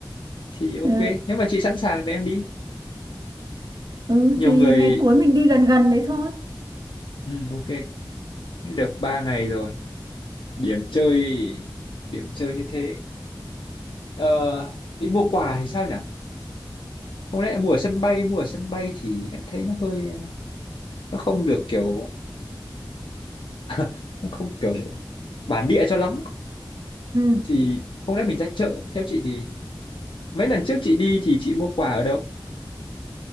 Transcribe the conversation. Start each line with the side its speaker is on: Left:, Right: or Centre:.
Left: thì ok
Right: ừ.
Left: nếu mà chị sẵn sàng thì em đi
Right: ừ
Left: nhiều
Right: thì
Left: người
Right: ngày cuối mình đi gần gần đấy thôi
Left: ừ, ok thế được 3 ngày rồi điểm chơi điểm chơi như thế Ờ, đi mua quà thì sao nhỉ không lẽ mua ở sân bay mua ở sân bay thì em thấy nó hơi nó không được kiểu <laughs> nó không kiểu bản địa cho lắm ấy.
Right: ừ.
Left: thì không lẽ mình ra chợ theo chị thì mấy lần trước chị đi thì chị mua quà ở đâu